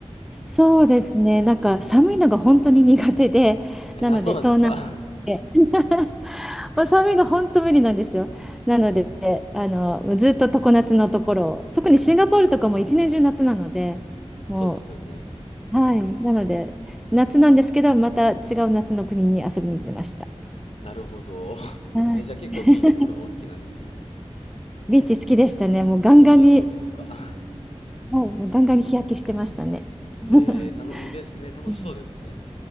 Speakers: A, in the centre; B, on the left.
A: そうですね、なんか寒いのが本当に苦手で、
B: えーあ、
A: なので東南アジアで
B: そうなんですか
A: <laughs> まあ、寒いの本当無理なんですよ。なので、あの、ずっと常夏のところを、特にシンガポールとかも一年中夏なので、
B: <laughs>
A: も
B: そうですよね。
A: う、はい、なので、夏なんですけど、また違う夏の国に遊びに行ってました。
B: なるほど。<laughs>
A: はい
B: えーじゃあ結構ビーチとかがお好きなんですね。
A: <laughs> ビーチ好きでしたね。もうガンガンに、
B: 海遊びとか。
A: はいもうガンガンに日焼けしてましたね。
B: <laughs>
A: <laughs>
B: へえ、たの、いいですね。楽しそうですね。
A: うん